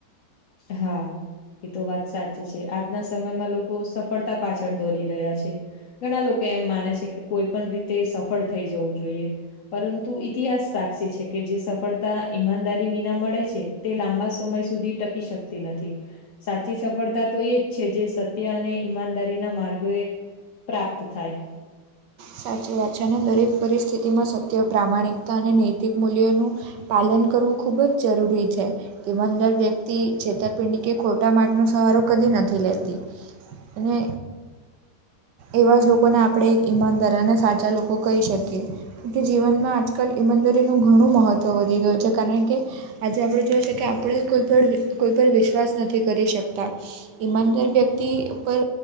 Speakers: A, on the left; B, on the right.
A: હા એ તો વાત સાચી છે આજના સમયમાં લોકો સફળતા પાછળ દોરી રહ્યા છે. ઘણા લોકો એમ માને છે કે કોઈ પણ રીતે સફળ થઈ જવું જોઈએ. પરંતુ ઇતિહાસ સાક્ષી છે કે જે સફળતા ઈમાનદારી વિના મળે છે તે લાંબા સમય સુધી ટકી શકતી નથી. સાચી સફળતા તો એજ છે જે સત્ય અને ઈમાનદારી ના માર્ગો એ પ્રાપ્ત થાય.
B: સાચી વાત છે અને દરેક પરિસ્થિતિમાં સત્ય પ્રામાણિકતા અને નૈતિક મૂલ્યોનું પાલન કરવું ખૂબ જ જરૂરી છે ઇમાનદાર વ્યક્તિ છેતરપિંડી કે ખોટા માર્ગે નો સહારો કદી નથી લેતી અને એવા જ લોકોને આપણે એક ઈમાનદાર અને સાચા લોકો કહી શકીએ. કે જીવનમાં આજકાલ ઈમાનદરીનું ઘણું મહત્ત્વ વધી ગયું છે કારણ કે આજે આપણે જોઈ શકે આપણે કોઈ પણ કોઈ પર વિશ્વાસ નથી કરી શકતા. ઈમાનદાર વ્યક્તિ પર